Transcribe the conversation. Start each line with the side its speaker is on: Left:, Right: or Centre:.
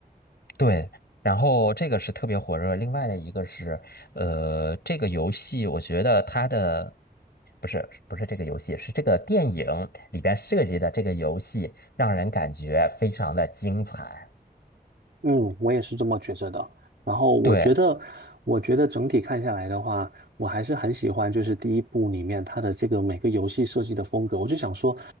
Left: 对，然后这个是特别火热，另外的一个是，呃，这个游戏我觉得它的不是不是这个游戏，是这个电影里边设计的这个游戏，让人感觉非常的精彩。
Right: 嗯，我也是这么觉着的。然后我觉得，
Left: 对
Right: 我觉得整体看下来的话，我还是很喜欢，就是第一部里面它的这个每个游戏设计的风格。我就想说，